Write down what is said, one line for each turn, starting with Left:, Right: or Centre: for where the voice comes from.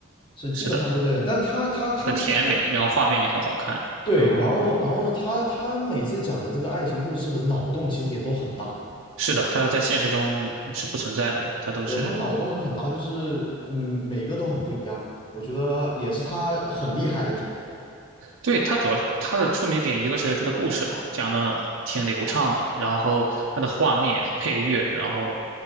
Left: 是基本上都在讲。
Right: 是的，
Left: 但他他他但
Right: 很甜美，然后画面也很好看，
Left: 对，
Right: 然后
Left: 然后然后呢，他他每次讲的这个爱情故事的脑洞其实也都很大，
Right: 是的，它在现实中是不存在的嘛，它都是
Left: 对，他脑洞也很大，就是嗯每个都很不一样，我觉得也是他很厉害的点。
Right: 对，它主要它的出名点，一个是它的故事嘛，讲的挺流畅的，然后它的画面和配乐，然后